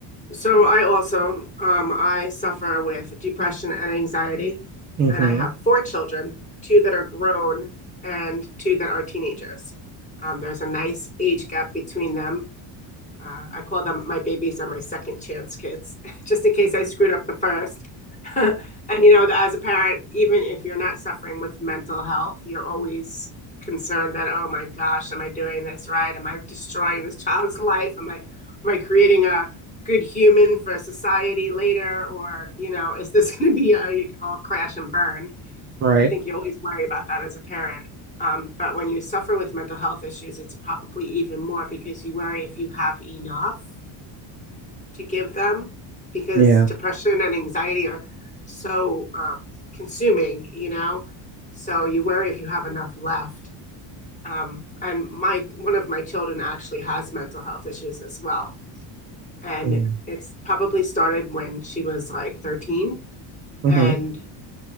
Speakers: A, on the left; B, on the right.
A: So I also, um, I suffer with depression and anxiety,
B: mm-hmm.
A: and I have four children, two that are grown and two that are teenagers. Um, there's a nice age gap between them. Uh, I call them my babies are my second chance kids, <laughs> just in case I screwed up the first. <laughs> and you know, as a parent, even if you're not suffering with mental health, you're always concerned that, oh my gosh, am I doing this right? Am I destroying this <laughs> child's life? Am I am I creating a good human for society later? Or, you know, is this <laughs> going to be a, a crash and burn?
B: <laughs> Right.
A: I think you always worry about that as a parent. Um, but when you suffer with mental health issues, it's probably even more because you worry if you have enough to give them because
B: Yeah.
A: depression and anxiety are so um, consuming, you know? So you worry if you have enough left. Um, and my one of my children actually has mental health issues as well. And
B: Mm.
A: it's probably started when she was like 13
B: hmm
A: and